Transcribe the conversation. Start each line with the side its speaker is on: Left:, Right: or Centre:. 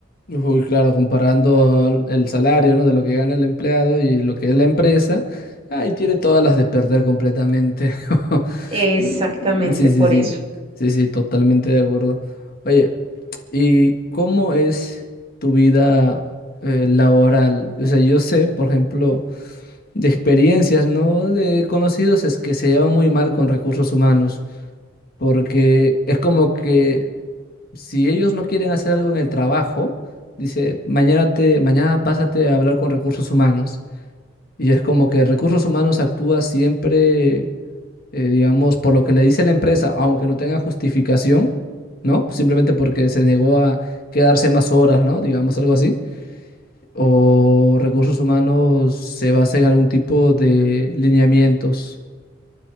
Left: Uy, claro, comparando el salario, ¿no? de lo que gana el empleado y lo que es la empresa, ahí tiene todas las de perder completamente. <laughs>
Right: Exactamente,
Left: Mm, Sí, sí,
Right: por
Left: sí,
Right: eso.
Left: sí, sí, totalmente de acuerdo. Oye, ¿y cómo es tu vida eh, laboral? O sea, yo sé, por ejemplo, de experiencias, ¿no? De conocidos es que se llevan muy mal con recursos humanos, porque es como que si ellos no quieren hacer algo en el trabajo, dice, mañana te, mañana pásate a hablar con recursos humanos. Y es como que recursos humanos actúa siempre, eh, digamos, por lo que le dice la empresa, aunque no tenga justificación, ¿no? Simplemente porque se negó a quedarse más horas, ¿no? Digamos algo así. O recursos humanos se basa en algún tipo de lineamientos.